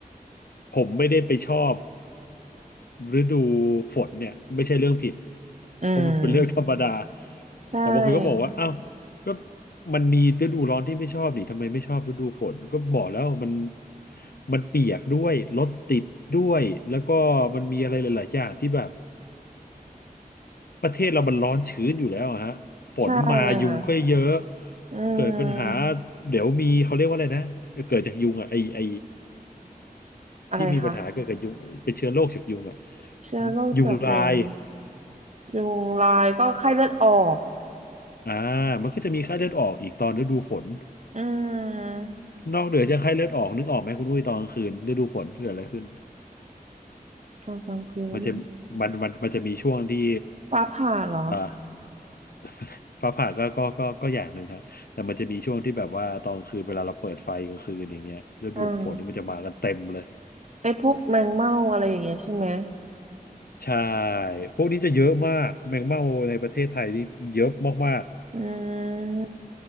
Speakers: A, on the left (about 85°); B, on the right (about 50°).
A: ผมไม่ได้ไปชอบ ฤดูฝนเนี่ยไม่ใช่เรื่องผิด
B: อืม
A: เพราะมันเป็นเรื่องธรรมดา
B: ใช่
A: แต่บางคนก็บอกว่าอ้าวก็มันมีฤดูร้อนที่ไม่ชอบดิทำไมไม่ชอบฤดูฝนก็บอกแล้วมันมันเปียกด้วยรถติดด้วยแล้วก็มันมีอะไรหลายๆอย่างที่แบบประเทศเรามันร้อนชื้นอยู่แล้วอะฮะฝนมายุงก็เยอะ
B: ใช่ค่ะอืม
A: เกิดปัญหาเดี๋ยวมีเขาเรียกว่าอะไรนะเกิดจากยุงอ่ะไอไอ
B: อะไรคะ
A: ที่มีปัญหาเกิดกับยุงเป็นเชื้อโรคจากยุงอ่ะ
B: เชื้อโรคจากยุง
A: ยุงลาย
B: ยุงลายก็ไข้เลือดออก
A: อ่ามันก็จะมีไข้เลือดออกอีกตอนฤดูฝน
B: อืม
A: นอกเหนือจากไข้เลือดออกนึกออกไหมคุณอุ้ยตอนกลางคืนฤดูฝนเกิดอะไรขึ้น
B: ตอนกลางคืนไม่รู้
A: มันจะมันมันมันจะมีช่วงที่
B: ฟ้าผ่าเหรอ
A: เอ่อ <laughs> ฟ้าผ่าก็ก็ก็ก็อย่างหนึ่งครับแต่มันจะมีช่วงที่แบบว่าตอนกลางคืนเวลาเราเปิดไฟกลางคืนอย่างเงี้ยฤดูฝนนี่มันจะมากันเต็มเลย
B: อ่าไอ้พวกแมงเม่าอะไรอย่างเงี้ยใช่ไหม
A: ใช่พวกนี้จะเยอะมากแมงเม่าในประเทศไทยนี่เยอะมาก
B: อืม